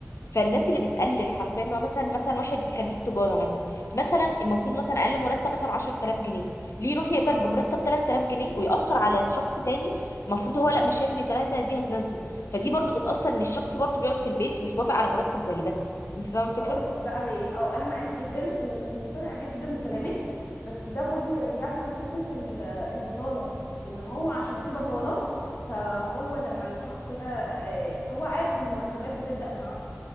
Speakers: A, on the left; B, on the left.
A: فالناس اللي بتقلل حرفيا إن هو مثلا مثلا واحد خريج تجاره مثلا مثلا المفروض مثلا اقل مرتب مثلا 10000 جنيه ليه يروح يقبل
B: اه
A: بمرتب 3000 جنيه ويأثر على شخص تاني المفروض هو لا مش شايف ان 3 دي هتناسبه فدي برضو بتأثر ان الشخص برضو بيقعد في البيت مش موافق على مرتب زي ده انت فاهمه الفكره
B: هقول لك بقى ليه اه انا معاكي جدا ومقتنعه جدا بكلامك بس ده برضو يرجعنا لنقطه ال- البطاله ان هو عشان في بطاله فهو لما الشخص ده آه، هو عارف ان المرتبات بتبدا من عشرة